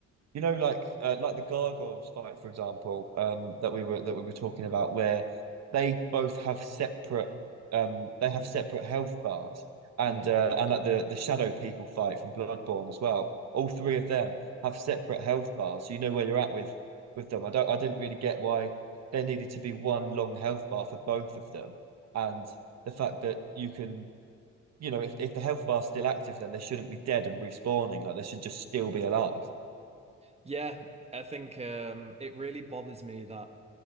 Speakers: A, on the right; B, on the right.
A: You know, like uh, like the Gargoyles fight, for example, um, that we were that we were talking about, where they both have separate, um, they have separate health bars, and
B: yeah.
A: uh, and like the the Shadow People fight from Bloodborne as well. All three of them have separate health bars, so you know where you're at with with them. I don't, I didn't really get why there needed to be one long health bar for both of them, and the fact that you can, you know, if if the health bar's still active, then they shouldn't be dead and respawning. Like they should just still be alive. <laughs>
B: Yeah, I think um it really bothers me that